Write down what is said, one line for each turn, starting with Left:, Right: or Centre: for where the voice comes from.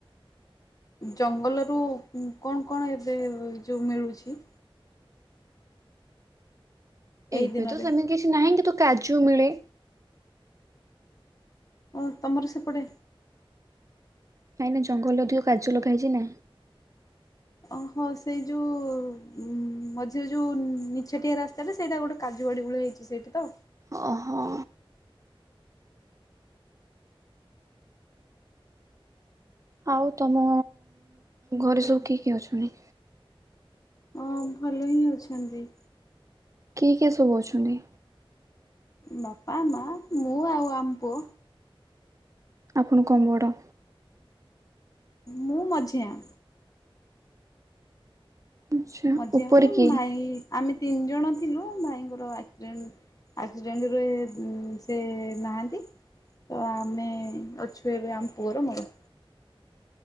Left: ଜଙ୍ଗଲରୁ କଣ କଣ ଏବେ ଯୋଉ ମିଳୁଛି? ଏଇ
Right: ଏବେ
Left: ଦିନରେ?
Right: ତ ସେମିତି କିଛି ନାହିଁ କିନ୍ତୁ କାଜୁ ମିଳେ
Left: ଓ ତମର ସେପଟେ
Right: କାଇଁ କିନା ଜଙ୍ଗଲରେ ଅଧିକ କାଜୁ ଲଗାହେଇଛି ନା
Left: ଓହୋ ସେଇ ଯୋଉ ଉ ମଝିରେ ଯୋଉ ନିଛଟିଆ ରାସ୍ତାଟା ସେଇଟା ଗୋଟେ କାଜୁ <unintelligible> ହୋଇଛି ସେଠି ତ
Right: ଓହୋ ଆଉ ତମ ଘରେ ସବୁ କିଏ କିଏ ଅଛନ୍ତି?
Left: ହଁ ଭଲ ହିଁ ଅଛନ୍ତି
Right: କିଏ କିଏ ସବୁ ଅଛନ୍ତି?
Left: ବାପା ମା ମୁଁ ଆଉ ଆମ ପୁଅ
Right: ଆପଣ କଣ ବଡ?
Left: ମୁଁ ମଝିଆଁ
Right: ଆଛା
Left: ମଝିଆ
Right: ଉପରେ
Left: ବୋଇଲେ
Right: କିଏ?
Left: ଭାଇ ଆମେ ତିନି ଜଣ ଥିଲୁ ଭାଇଙ୍କର ଆକ୍ସିଡେଣ୍ଟ ଆକ୍ସିଡେଣ୍ଟରୁ ସେ ନାହାନ୍ତି ତ ଆମେ ଅଛୁ ଏବେ ଆମ ପୁଅର ମୋର